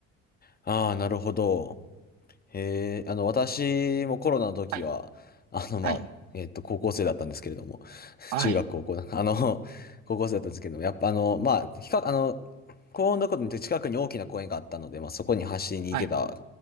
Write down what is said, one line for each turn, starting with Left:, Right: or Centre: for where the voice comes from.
Left: ああ、なるほど。へえ。あの、私もコロナの時は、
Right: はい、
Left: あの、まあ、
Right: はい、
Left: えっと、高校生だったんですけれども、
Right: はい、
Left: 中学、高校だ、あの、<laughs> 高校生だったんですけども、やっぱあの、まあ、比較、あの、幸運なことに近くに大きな公園があったので、まあ、そこに走りに行けた
Right: はい。